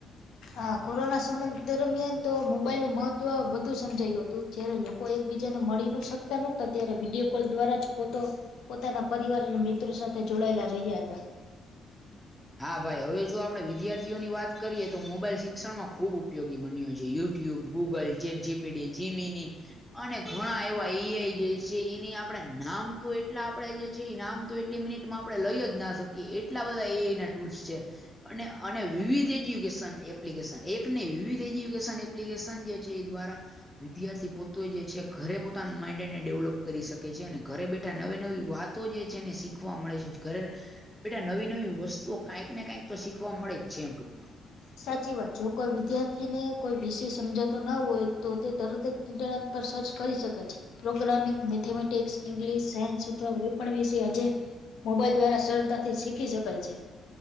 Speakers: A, on the left; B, in the centre.
A: હા, કોરોના સમય દરમિયાન તો મોબાઈલ નું મહત્વ વધુ સમજાયું હતું, જયારે લોકો એક બીજાને મળી ન શકતા નહોતા, ત્યારે વિડીયો કોલ દ્વારા જ પો પોતાના પરિવાર અને મિત્રો સાથે જોડાયેલા રહ્યા હતા.
B: હા, ભાઈ હવે જો આપડે વિદ્યાર્થીઓની વાત કરીએ તો, મોબાઈલ શિક્ષણમાં ખુબ ઉપયોગી બન્યો છે, યુ- - YouTube, Google, jet GPD, Gemini અને ઘણા એવા ઈ આઈ જે એની આપડે નામ તો એ એટ આપણેે જે છે, એ નામ તો એટલી મિનિટમાં આપણે લઈ જ ના શકીએ, એટલા બધા એ એના ટૂલ્સ છે. અને અને વિવિધ એજ્યુકેશન એપ્લિકેશન એક નહી વિવિધ એજ્યુકેશન એપ્લિકેશન છે એ દ્વારા વિદ્યાર્થી પોતે જે છે ઘરે પોતાના માઇન્ડેડ ને ડેવલોપ કરી શકે છે અને ઘરે બેઠા નવે નવી વાત જે છે ને શીખવા મળે છે ઘરે બેટા નવી નવી વસ્તુઓ કાંઈક ને કાંઈક તો શીખવા મળે જ છે ટૂંકમાં.
A: સાચી વાત જો કોઈ વિદ્યાર્થીને કોઈ વિષય સમજાતો ના હોય તો તે તરત જ પર સર્ચ કરી શકે છે. પ્રોગ્રામિંગ મેથેમેટિક્સ ઇંગ્લિશ સાયન્સ કોઈ વિષય આજે મોબાઈલ દ્વારા સરળતાથી શીખી શકાય છે.